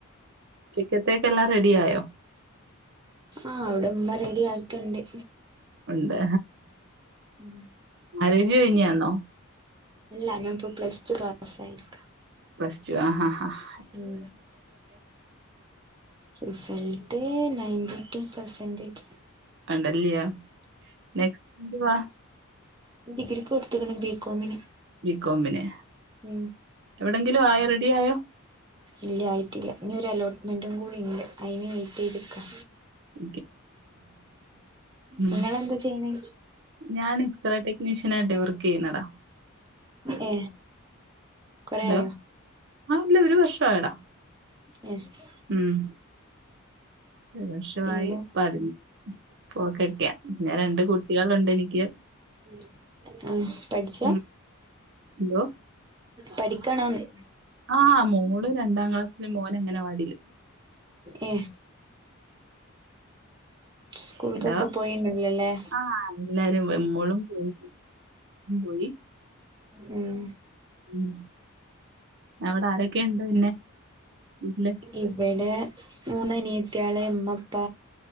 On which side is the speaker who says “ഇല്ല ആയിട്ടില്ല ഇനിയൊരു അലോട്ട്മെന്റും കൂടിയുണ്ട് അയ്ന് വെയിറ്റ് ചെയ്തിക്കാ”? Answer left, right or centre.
Right